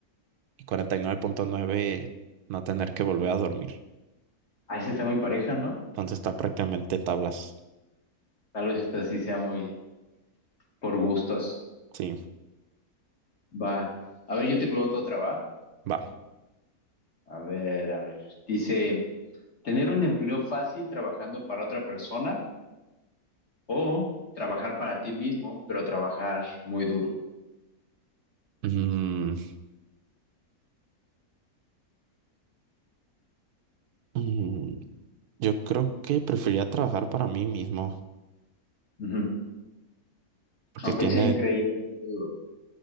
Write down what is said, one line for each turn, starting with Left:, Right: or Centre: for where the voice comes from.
Right: y 49.9% no tener que volver a dormir.
Left: Ah, esa está muy pareja, ¿no?
Right: Entonces está prácticamente tablas.
Left: Tal vez esta sí sea muy por gustos.
Right: Sí,
Left: Va. A ver, yo te pregunto otra, ¿va?
Right: va.
Left: A ver, a ver. Dice, ¿tener un empleo fácil trabajando para otra persona? O trabajar para ti mismo, pero trabajar muy duro.
Right: Mm, mm, yo creo que preferiría trabajar para mí mismo.
Left: Ujú.
Right: Porque
Left: Aunque
Right: tiene,
Left: sea increíblemente duro.